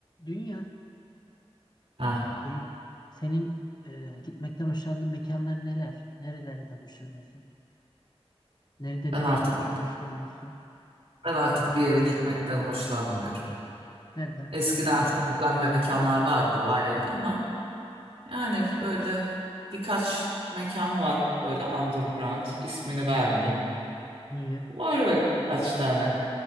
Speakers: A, on the left; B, on the right.
A: Dünya,
B: Ha,
A: dünya. Senin e, gitmekten hoşlandığın mekanlar neler? Nerelerden hoşlanıyorsun? Nerede
B: ben
A: nereye
B: artık
A: gitmekten hoşlanıyorsun?
B: ben artık bir yere gitmekten hoşlanmıyorum.
A: Nerede?
B: Eskiden çok güzel mekanlar vardı o ayrı ama yani böyle birkaç mekan var böyle underground ismini vermeyeyim.
A: Niye?
B: Var öyle birkaç tane.